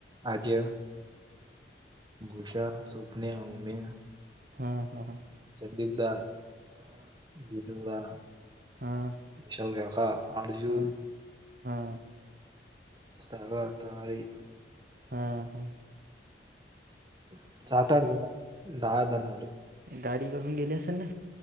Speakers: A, on the right; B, on the right.
A: आजा, जोश्या, स्वन्या, उम्या
B: हम हम हम
A: संदीप दा <unintelligible> विनुदा
B: हा
A: विशाल काका आठ जन
B: हा हा..
A: सगळ्यात भारी
B: हा हम
A: ते सात-आठ जण दन एक दहा जण आलो.
B: गाडीकरून गेली असेल ना